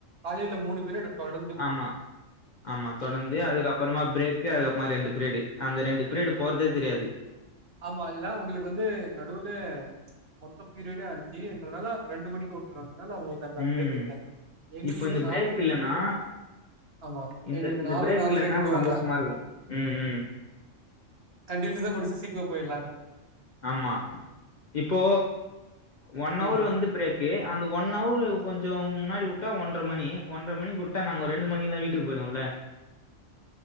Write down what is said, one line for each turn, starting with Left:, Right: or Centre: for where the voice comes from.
Right: காலைல மூணு பீரியடு தொடந்து.
Left: ஆமா ஆமா தொடந்து அதுக்கப்பறமா பிரே க்கு அதுக்கப்மா ரெண்டு பிரீயடு அந்த ரெண்டு பிரீயடு போறதே தெரியாது.
Right: ஆமா இதா உங்குளுக்கு வந்து நடுவுல மொத்த பீரியடே அ ஞ்சின்றனால ரண்டு மணிக்கு உட்றாங்ளா இல்ல உங்குள் அந்த
Left: ம்
Right: பிரேக் இருக்காது எங்குளுக்கு
Left: இப்ப
Right: வந்து
Left: இந்த
Right: நால்
Left: பிரேக்
Right: மணிக்கு
Left: இல்லன்னா
Right: ஆமா
Left: இந்த
Right: எங்குளுக்கு
Left: இந்த
Right: நாலு
Left: பிரேக்
Right: நால்ரைக்கு
Left: இல்லன்னா
Right: உடுவாங்க.
Left: சந்தோஷமா இருக்கு ம் ம்
Right: கண்டினியூசா முடிச்சா சீக்மா போய்ல்
Left: ஆமா இப்போ ஒன்
Right: ம்
Left: அவர்
Right: ம்.
Left: வந் டு பிரேக்கு அந்த ஒன் அவுரு கொஞ்சோ முன்னாடி உட்டா ஒன்ற மணி ஒன்ற மணிக் உட் டா நாங்க ஒ ரெண்டு மணிக்ல்லா வீட்டுக் போய்டுவோல்ல.